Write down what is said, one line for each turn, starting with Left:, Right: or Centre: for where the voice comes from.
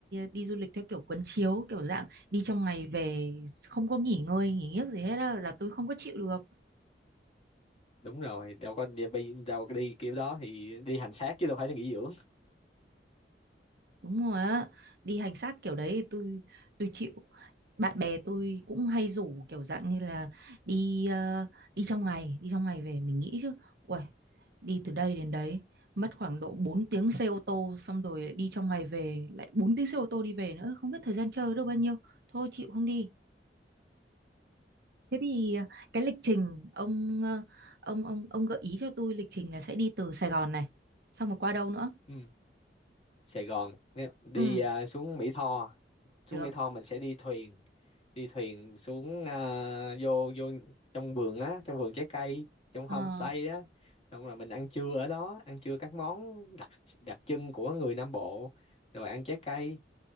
Right: đi du lịch theo kiểu quấn chiếu kiểu dạng đi trong ngày về không có nghỉ ngơi nghỉ giấc gì hết á, là tôi không có chịu được
Left: đúng rồi đâu có đi đâu có đi kiểu đó thì đi hành xác chứ đâu phải là nghỉ dưỡng
Right: đúng rồi á đi hành xác kiểu đấy thì tôi tôi chịu bạn bè tôi cũng hay rủ kiểu dạng như là đi ờ, đi trong ngày đi trong ngày về mình nghĩ chứ uầy đi từ đây đến đấy mất khoảng độ 4 tiếng xe ô tô xong rồi lại đi trong ngày về lại 4 tiếng xe ô tô đi về nữa không biết thời gian chơi được bao nhiêu thôi chịu không đi thế thì ờ, cái lịch trình ông ờ, ông ông ông gợi ý cho tôi lịch trình là sẽ đi từ Sài Gòn này xong rồi qua đâu nữa
Left: ừ. Sài Gòn Nếu- đi
Right: ừ
Left: à, xuống Mỹ Tho xuống
Right: được
Left: Mỹ Tho mình sẽ đi thuyền đi thuyền xuống à, vô vô trong vườn á trong vườn trái cây trong
Right: ờ,
Left: homestay á xong rồi mình ăn trưa ở đó ăn trưa các món đặc đặc trưng của người Nam Bộ rồi ăn trái cây